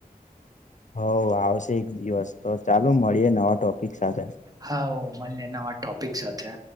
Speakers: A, on the left; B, on the right.
A: હઓ આવશે એક દિવસ તો ચાલો જાણીએ મળીએ નવા ટોપિક સાથે
B: હાઓ માલિયે નવા ટોપિક સાથે.